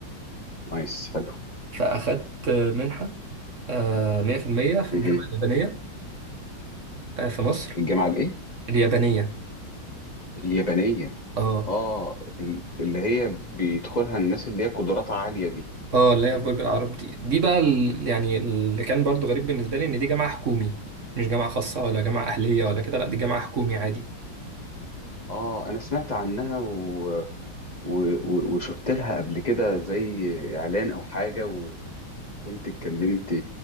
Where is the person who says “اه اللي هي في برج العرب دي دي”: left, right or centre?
Right